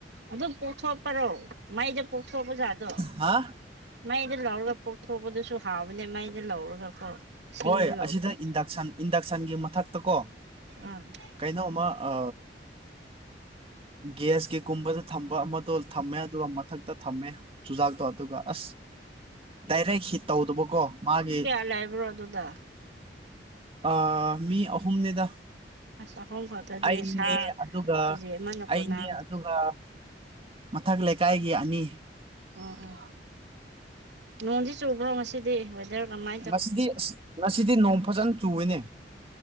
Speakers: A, on the right (about 75°); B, on the right (about 35°).
A: ꯑꯗꯨꯝ ꯀꯣꯊꯣꯛꯄ꯭ꯔꯣ ꯃꯥꯏꯗ ꯄꯣꯛꯊꯣꯛꯑꯄ ꯖꯥꯠꯗꯣ
B: ꯍꯥ
A: ꯃꯩꯗ ꯂꯧꯔꯒ ꯄꯣꯛꯊꯣꯛꯄꯗꯨꯁꯨ ꯍꯥꯎꯕꯅꯦ ꯃꯩꯗ ꯂꯧꯔꯒꯀꯣ ꯁꯤꯡꯗ
B: ꯍꯣꯏ
A: ꯂꯧꯔꯒ
B: ꯑꯁꯤꯗ ꯏꯟꯗꯛꯁꯟ ꯏꯟꯗꯛꯁꯟꯒꯤ ꯃꯊꯛꯇ ꯀꯣ
A: ꯎꯝ
B: ꯀꯩꯅꯣꯃ ꯑ ꯒ꯭ꯌꯥꯁꯀꯤ ꯀꯨꯝꯕꯗ ꯊꯝꯕ ꯑꯃꯗꯣ ꯊꯝꯃꯦ ꯑꯗꯨꯒ ꯃꯊꯛꯇ ꯊꯝꯃꯦ ꯆꯨꯖꯥꯛꯇꯣ ꯑꯗꯨꯒ ꯑꯁ ꯗꯥꯏꯔꯦꯛ ꯍꯤꯠ ꯇꯧꯗꯕꯀꯣ ꯃꯥꯒꯤ
A: ꯂꯩꯥꯏꯕ꯭ꯔꯣ ꯑꯗꯨꯗꯥ
B: ꯑ ꯃꯤ ꯑꯍꯨꯝꯅꯦꯗ
A: ꯑꯁ <unintelligible>
B: ꯑꯩꯅꯦ
A: ꯁꯥ
B: ꯑꯗꯨꯒ
A: ꯀꯦꯖꯤ ꯑꯃꯅ ꯀꯣꯟꯅꯒꯅꯤ
B: ꯑꯩꯅꯦ ꯑꯗꯨꯒ ꯃꯊꯛ ꯂꯩꯀꯥꯏꯒꯤ ꯑꯅꯤ
A: ꯑꯣ ꯑꯣ ꯅꯣꯡꯗꯤ ꯆꯨꯕ꯭ꯔꯣ ꯉꯁꯤ ꯋꯦꯗꯔ ꯀꯃꯥꯏ
B: ꯉꯁꯤꯗꯤ ꯑꯁ ꯉꯁꯤꯗꯤ ꯅꯣꯡ ꯐꯖꯅ ꯆꯨꯏꯅꯦ